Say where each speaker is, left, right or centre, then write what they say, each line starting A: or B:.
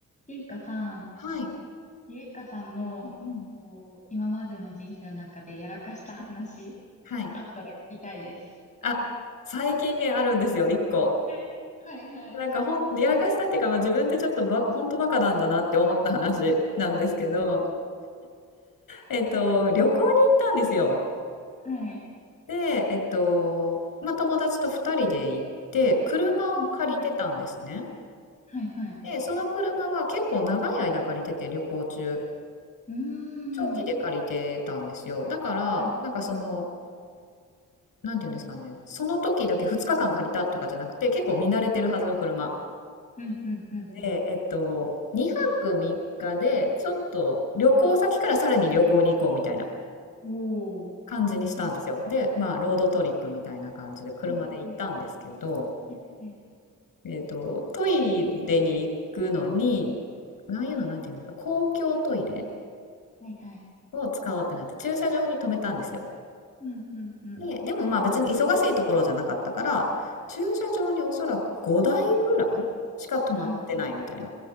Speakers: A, on the left (about 20°); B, on the left (about 75°).
A: ゆいかさん、
B: はい。
A: ゆいかさんの、
B: うんうん。
A: こう、今までの人生の中でやらかした話、
B: はい。
A: あったら聞きたいです。
B: あ、最近ね、あるんですよ、1個。
A: えはいはい。
B: なんかほんやらかしたっていうか、まあ、自分ってちょっとばほんとバカなんだなって思った話なんですけど、えっと、旅行に行ったんですよ。
A: はい。
B: で、えっと、まあ、友達と2人で行って、車を借りてたんですね。
A: うんはいはい。
B: で、その車は結構長い間借りてて、旅行中。
A: うー
B: 長期で借りてたんですよ。
A: ん。
B: だから、
A: はい。
B: なんかその、
A: うん、
B: なんていうんですかね、その時だけ2日間借りたとかじゃなくて、結構見慣れてるはずの車。
A: うん、うん、うん。
B: で、えっと、2泊3日で、ちょっと旅行先からさらに旅行に行こうみたいな
A: おー。
B: 感じにしたんですよ。
A: はい。
B: で、まあ、ロードトリップみたいな感じで車で行ったんですけど、
A: うん、うん。はい、はい。
B: えっと、トイレに行くのに、ああいうのなんていうんですか、公共トイレ
A: はい、はい。
B: を使おうってなって、駐車場に止めたんですよ。
A: うん、うん、うん。
B: で、でもまあ別に忙しいところじゃなかったから、駐車場におそらく5台ぐらいしか止まってないみたいな。
A: はい。